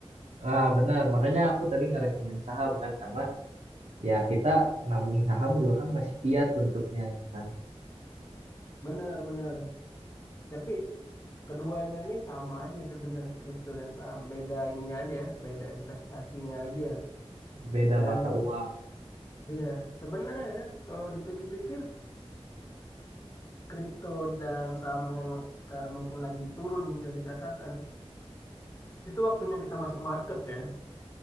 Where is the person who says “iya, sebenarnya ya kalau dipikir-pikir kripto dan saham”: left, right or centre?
Left